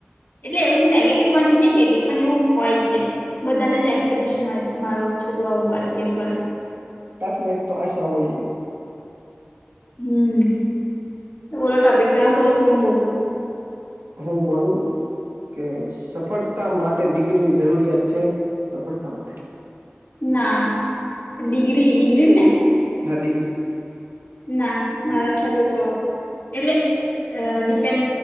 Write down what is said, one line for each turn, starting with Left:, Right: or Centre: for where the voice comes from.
Left: એટલે એવું હું નેગેટિવ પોઈન્ટ નહીં કેતી, પણ એવું હોય છે, બધાને જ એક્સપેક્ટેશન હોય છે. મારો છોકરો આવું કરે, તેવું કરે.
Right: કાંઈક ને કાંઈક તો આશા હોય.
Left: હમ્મ તો બોલો, ટોપિક તે બોલો કે હુ બોલું
Right: હું બોલું. કે, સફળતા માટે ડિગ્રીની જરૂરિયાત છે, સફળતા માટે.
Left: ના, ડિગ્રી ડિગ્રીને.
Right: હા, ડિગ્રી.
Left: ના, મારા ખ્યાલ તો એટલે ડીપેન.